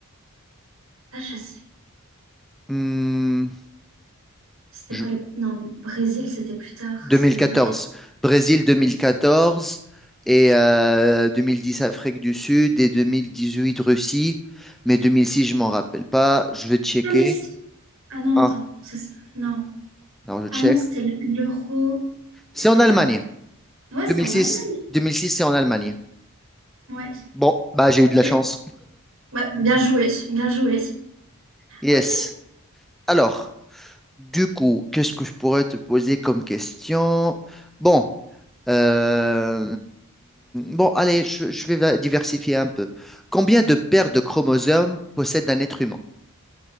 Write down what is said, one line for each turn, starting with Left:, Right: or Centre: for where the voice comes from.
Right: Ah, je sais
Centre: Hmm,
Right: C'était
Centre: je-
Right: pas le... Non, Brésil, c'était plus tard.
Centre: 2014.
Right: C'était 2004.
Centre: Brésil 2014 et euh, 2010 Afrique du Sud et 2018 Russie. Mais 2006, je m'en rappelle pas. Je vais checker.
Right: Ah, mais si. Ah non,
Centre: Ah,
Right: attends. ça, c'est- non.
Centre: alors je check.
Right: Ah non, c'était l'euro.
Centre: C'est
Right: C'était
Centre: en Allemagne.
Right: pas... Ouais, c'était
Centre: 2006,
Right: en Allemagne.
Centre: 2006, c'est en Allemagne.
Right: Ouais.
Centre: Bon, bah j'ai
Right: Ok.
Centre: eu de la chance.
Right: Ouais, bien joué. Bien joué.
Centre: Yes.
Right: Ok.
Centre: Alors, du coup, qu'est-ce que je pourrais te poser comme question? Bon, euh, bon, allez, je, je vais va- diversifier un peu. Combien de paires de chromosomes possède un être humain?